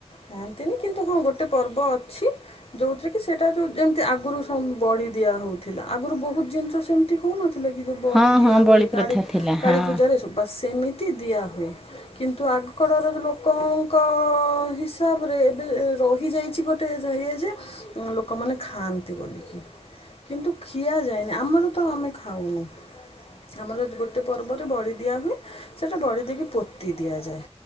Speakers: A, on the left (about 65°); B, in the centre.
A: ଖାଆନ୍ତିନି କିନ୍ତୁ ହଁ ଗୋଟେ ପର୍ବ ଅଛି। ଯୋଉଥିରେ କି ସେଇଟା ଯୋଉ ଯେମିତି ଆଗରୁ ବଡ଼ି ଦିଆ ହେଉଥିଲା ଆଗରୁ ବହୁତ ଜିନିଷ ସେମିତି ହୋଉନଥିଲା କି ଯୋଉ ବଡି
B: ହଁ
A: ଦିଆ
B: ହଁ
A: ହୁଏ
B: ବଳି ପ୍ରଥା
A: କାଳୀ
B: ଥିଲା ହଁ
A: ପୂଜାରେ ସ ବାସ ସେମି ତି ଦିଆ ହୁଏ କିନ୍ତୁ ଆଗ କାଳର ଲୋକଙ୍କ କ ହିସାବରେ ଏବେ ରହିଯାଇଚି ଗୋଟେ ଇଏ ଯେ ଲୋକମାନେ ଖାଆନ୍ତି ବୋଲିକି କିନ୍ତୁ ଖିଆ ଯାଏନି। ଆମର ତ ଆମେ ଖାଉନୁ। ଆମର ଗୋଟେ ପର୍ବରେ ବଡ଼ି ଦିଆ ହୁଏ ସେଇଟା ବଡ଼ି ଦେଇକି ପୋତି ଦିଆଯାଏ।